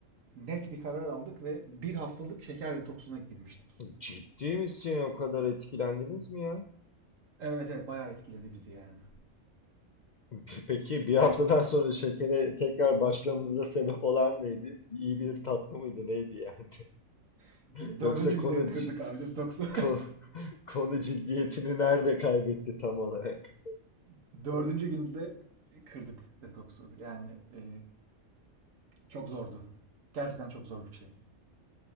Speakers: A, on the right; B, on the left.
A: net bir karar aldık ve bir haftalık şeker detoksuna girmiştik.
B: Ciddi misin? O kadar etkilendiniz mi ya?
A: Evet evet bayağı etkiledi bizi yani.
B: Pe- Peki bir haftadan sonra şekere tekrar başlamanıza sebep olan neydi? İyi bir tatlı mıydı neydi yani?
A: <laughs>
B: <laughs>
A: Dördüncü
B: Yoksa konu
A: günde kırdık
B: c-
A: abi detoksu.
B: ko- <laughs> konu ciddiyetini nerede kaybetti tam olarak?
A: <laughs> Dördüncü günde kırdık detoksu. Yani e, çok zordu. Gerçekten çok zor bir şey.